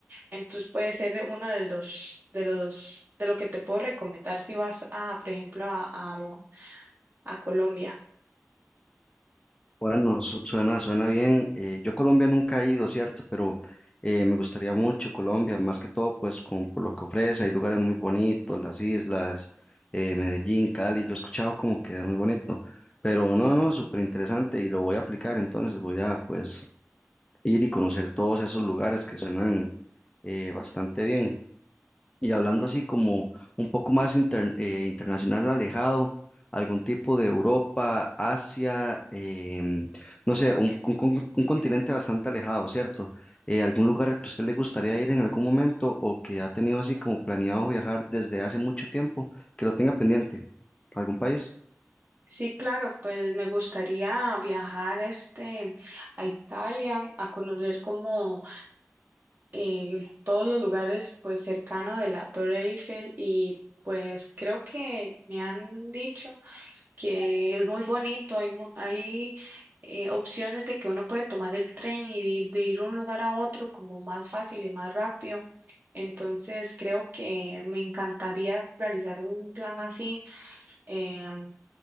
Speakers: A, on the right; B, on the left.
A: entonces puede ser uno de los, de los, de lo que te puedo recomendar si vas a, por ejemplo, a, a a Colombia.
B: Bueno, su- suena, suena bien. Eh, yo a Colombia nunca he ido, ¿cierto? Pero eh, me gustaría mucho Colombia, más que todo, pues, como por lo que ofrece. Hay lugares muy bonitos, las islas, eh, Medellín, Cali. Yo he escuchado como que es muy bonito. Pero no, no, súper interesante y lo voy a aplicar, entonces voy a, pues, ir y conocer todos esos lugares que suenan eh, bastante bien. Y hablando así como un poco más inter- eh, internacional alejado, algún tipo de Europa, Asia, em, no sé, un, un con- un continente bastante alejado, ¿cierto? Eh, ¿algún lugar al que a usted le gustaría ir en algún momento o que ha tenido así como planeado viajar desde hace mucho tiempo, que lo tenga pendiente? ¿Algún país?
A: Sí, claro, pues me gustaría viajar este a Italia a conocer como eh, todos los lugares pues cercanos de la Torre Eiffel y pues creo que me han dicho que es muy bonito, hay mu- hay eh, opciones de que uno puede tomar el tren y de, de ir de un lugar a otro como más fácil y más rápido. Entonces creo que me encantaría realizar un plan así. em,